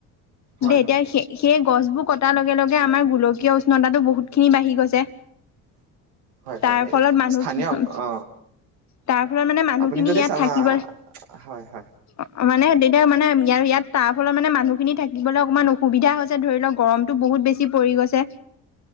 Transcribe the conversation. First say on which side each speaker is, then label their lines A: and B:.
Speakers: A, on the right (about 80°); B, on the left (about 45°).
A: হয়
B: দে এতিয়া সেই সেই গছবোৰ কটাৰ লগে লগে আমাৰ গোলকীয় উষ্ণতাটো বহুত খিনি বাঢ়ি গৈছে।
A: হয় হয়
B: তাৰ
A: হয়
B: ফলত মানুহ
A: স্থানীয়
B: কি হ
A: অ
B: তাৰ ফলত মানে মানুহখিনি
A: আপুনি যদি
B: ইয়াত
A: চা
B: থাকিব‌ই
A: হয় হয়
B: অ মানে তেতিয়া মানে ই ইয়াত তাৰ ফলত মানে মানুহ খিনি থাকিবলৈ অকমান অসুবিধা হৈছে ধৰি লওক গৰমটো বহুত বেছি পৰি গৈছে।